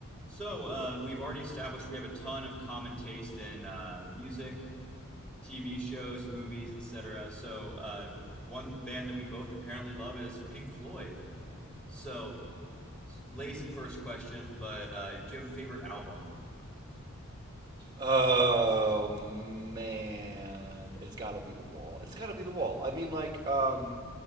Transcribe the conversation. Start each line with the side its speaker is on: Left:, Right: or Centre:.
Centre: So uh, we've already established we have a ton of common taste in uh, music, TV shows, movies, etc. So uh, one band that we both apparently love is Pink Floyd. So lazy first question, but uh, do you have a favorite album?
Right: Oh man, it's got to be the wall. It's got to be the wall. I mean, like, um,